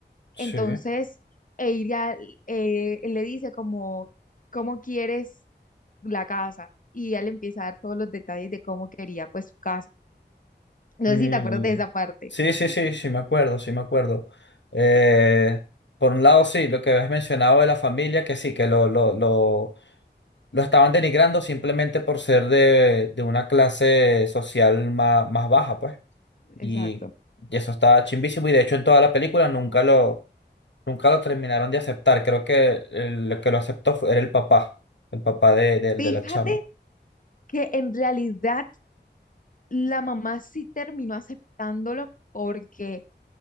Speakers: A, on the left (about 80°); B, on the left (about 45°).
A: Sí.
B: Entonces, ella eh, él le dice como, ¿cómo quieres la casa? Y ella le empieza a dar todos los detalles de cómo quería pues su casa. No
A: Mm.
B: sé si te acuerdas de esa parte.
A: Sí, sí, sí, sí, me acuerdo, sí, me acuerdo. Eh, por un lado, sí, lo que habías mencionado de la familia, que sí, que lo, lo, lo, lo estaban denigrando simplemente por ser de, de una clase social más, más baja, pues.
B: Exacto.
A: Y, y eso estaba chimbísimo. Y de hecho, en toda la película nunca lo, nunca lo terminaron de aceptar. Creo que el que lo aceptó fue- era el papá, el papá de, de, de
B: Fíjate
A: la chama.
B: que en realidad la mamá sí terminó aceptándolo porque